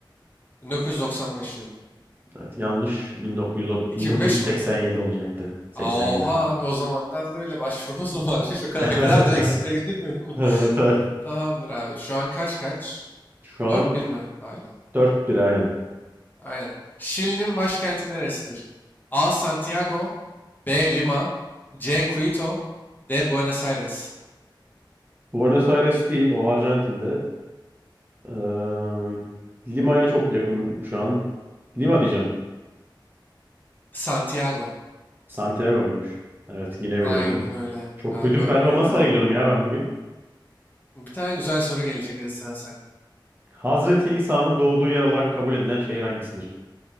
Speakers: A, on the left; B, on the right.
A: 1995 diyorum.
B: Evet, yanlış 1909
A: 2005
B: 1987
A: mi?
B: olacaktı. 87.
A: Aa, Oha abi o zamanlarda bile başvurumuz mu varmış?
B: <laughs>
A: O kadar, ne kadar da eksikliğe gidemiyordum.
B: Evet, evet.
A: Tamamdır abi. Şu an kaç kaç?
B: Şu an
A: Dört bir mi hala?
B: dört bir aynen.
A: Aynen. Şili'nin başkenti neresidir? A. Santiago B. Lima C. Quito D. Buenos Aires
B: Buenos Aires değil, o Arjantin'de. Eee, Lima'ya çok yakın şu an. Lima diyeceğim.
A: Santiago.
B: Santiago muymuş? Evet, yine
A: Aynen
B: bilemedim.
A: öyle.
B: Çok
A: Abi
B: kötü
A: 4-1
B: bir performans
A: devam.
B: sergiliyorum ya ben bugün.
A: Bir tane güzel soru gelecek. Hadi sıra sen.
B: Hazreti İsa'nın doğduğu yer olarak kabul edilen şehir hangisidir?